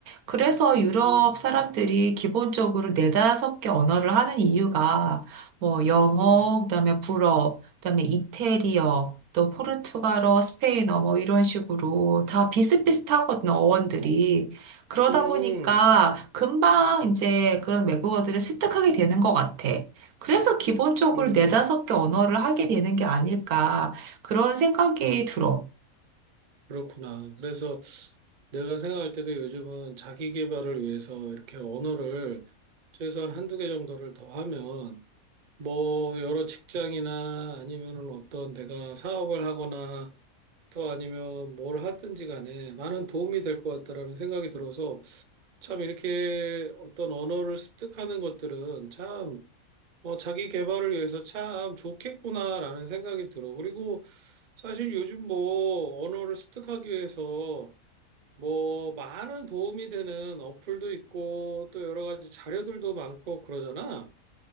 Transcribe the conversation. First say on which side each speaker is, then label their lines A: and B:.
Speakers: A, on the right (about 85°); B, on the right (about 45°).
A: 그래서
B: 음,
A: 유럽 사람들이 기본적으로 네다섯 개 언어를 하는 이유가 뭐 영어,
B: 음,
A: 그다음에 불어, 그다음에 이태리어, 또 포르투갈어, 스페인어 뭐 이런 식으로 다 비슷비슷하거든, 어원들이. 그러다
B: 음,
A: 보니까 금방 이제 그런 외국어들을 습득하게 되는 것 같아. 그래서 기본적으로
B: 음,
A: 네다섯 개 언어를 하게 되는 게 아닐까 그런 생각이 들어.
B: 그렇구나. 그래서 내가 생각할 때도 요즘은 자기 개발을 위해서 이렇게 언어를 최소한 한 두 개 정도를 더 하면 뭐 여러 직장이나 아니면은 어떤 내가 사업을 하거나 또 아니면 뭘 하든지 간에 많은 도움이 될 것 같다라는 생각이 들어서 참 이렇게 어떤 언어를 습득하는 것들은 참 어, 자기 개발을 위해서 참 좋겠구나라는 생각이 들어. 그리고 사실 요즘 뭐 언어를 습득하기 위해서 뭐 많은 도움이 되는 어플도 있고 또 여러 가지 자료들도 많고 그러잖아.